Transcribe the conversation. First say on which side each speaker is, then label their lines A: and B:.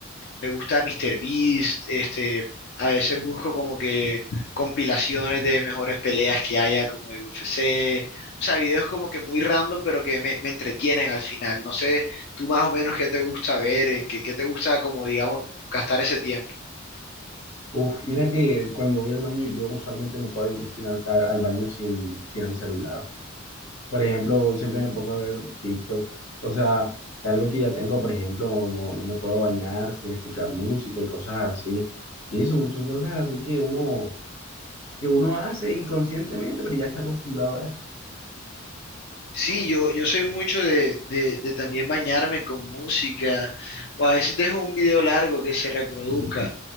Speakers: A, on the left (about 55°); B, on the left (about 85°).
A: me gusta míster Beast, este, a veces busco como que compilaciones de mejores peleas que haya como de UFC, o sea, videos como que muy random, pero que me, me entretienen al final. No sé, tú más o menos qué te gusta ver, en qué, qué te gusta como, digamos, gastar ese tiempo.
B: Uf, mira que cuando voy al baño, yo usualmente no puedo ir sin al, al- al baño sin, sin el celular. Por ejemplo, siempre me pongo a ver TikToks. O sea, algo que ya tengo, por ejemplo, no, no me puedo bañar sin escuchar música y cosas así. Sí, son, son cosas así que uno, que uno hace inconscientemente, pero ya está acostumbrado a eso.
A: Sí, yo, yo soy mucho de, de, de también bañarme con música, o a veces dejo un video largo que se reproduzca,